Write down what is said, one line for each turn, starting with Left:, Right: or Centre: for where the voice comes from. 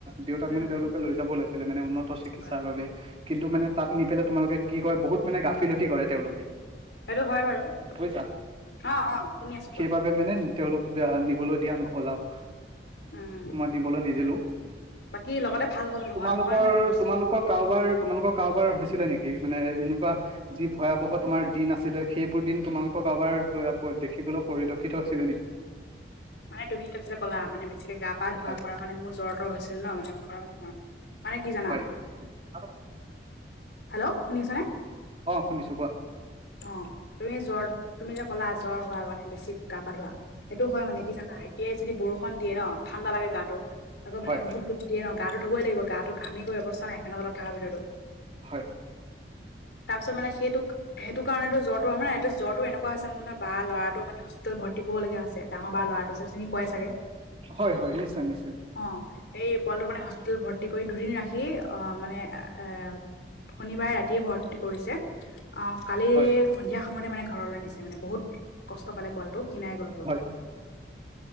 Right: দেউতাক
Left: উম
Right: মানে তেওঁলোক- লৈ যাব ওলাইছিলে মানে উন্নত চিকিৎসাৰ
Left: হয়
Right: বাবে কিন্তু
Left: হয়
Right: মানে
Left: হয়
Right: তাত নি পেলায় তোমালোকে- কি কয় বহুত মানে গাফিলতি কৰে তেওঁলোকে।
Left: সেইটো হয় বাৰু অ,
Right: বুজিছা
Left: অ শুনি আছো, কোৱা?
Right: সেইবাবে মানে তেওঁলোক নিবলৈ দিয়া নহ'ল আৰু-
Left: উম
Right: মই দিবলৈ নিদিলো
Left: বাকী লগতে ভাল হ'ল নোহোৱা
Right: তোমালোকৰ
Left: নহয় নহয় এইটো বস্তুটো
Right: তোমালোকক- কাৰোবাৰ তোমালোকৰ কাৰোবাৰ হৈছিলে নেকি মানে এনেকুৱা? যি ভয়াৱহ তোমাৰ দিন আছিলে। সেইবোৰ দিন তোমালোকৰ কাৰোবাৰ দেখিবলৈ পৰিলক্ষিত হৈছিলে নেকি?
Left: মানে তুমি এতিয়া যিটো কলা, মানে বেছিকে গা পা ধুৱা
Right: হয়
Left: কৰা কাৰণে মোৰ জ্বৰ তৰ হৈছিল ন মানে আমাৰ ঘৰ মানুহৰ- মানে কি জানা?
Right: আত
Left: হেল্ল' শুনি আছেনে?
Right: অ শুনিছো কোৱা?
Left: অ, তুমি জ্বৰ তুমি যে ক'লা জ্বৰ হোৱা মানে বেছি গা পা ধুৱা সেইটো হয় মানে কি জানা এতিয় যদি বৰষুন দিয়ে ন ঠাণ্ডা লাগে গাটো আকৌ
Right: হয়
Left: মানে বহুত ধূপ দিয়ে ন গা ধুই লাগিব গাটো ঘামি গৈ অৱস্থা নাই ফেনে তলত থকাৰ ভিতৰতো।
Right: হয়।
Left: তাৰ পিছত মানে সেইটোক সেইটো কাৰনেটো জ্বৰটো আমাৰ জ্বৰটো এনেকুৱা আছে মানে বা ল'ৰাটো মানে ভৰ্তি কৰিবলীয়া আছে ডাঙৰ বা ল'ৰাটো যে চিনি পোৱাই চাগে।
Right: হয়-হয়, নিশ্চয়-নিশ্চয়।
Left: অ, এই পোৱালিটোক মানে হস্পিতোল ভৰ্তি কৰি দুদিন ৰাখি আহ মানে এ শনিবাৰে ৰাতিয়ে ভৰ্তি কৰিছে। অ, কালি
Right: হয়
Left: সন্ধিয়া সময়তে মানে ঘৰলে নিছে মানে বহুত কষ্ট পালে পোৱালটো ক্ষিনাই গ'লগৈ
Right: হয়